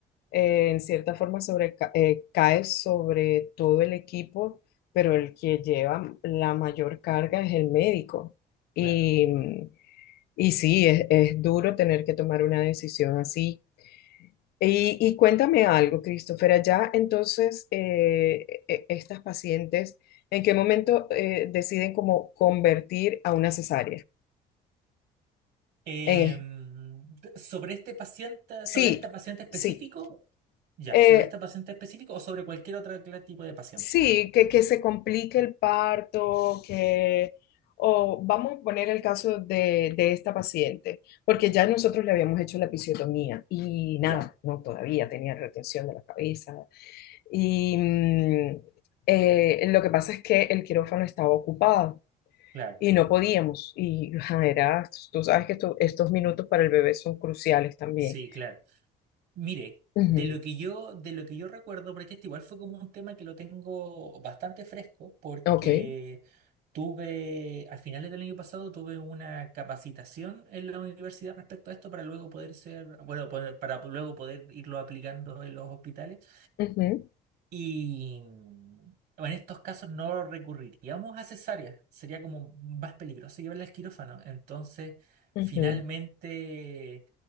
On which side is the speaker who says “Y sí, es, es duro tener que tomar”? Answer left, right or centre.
Left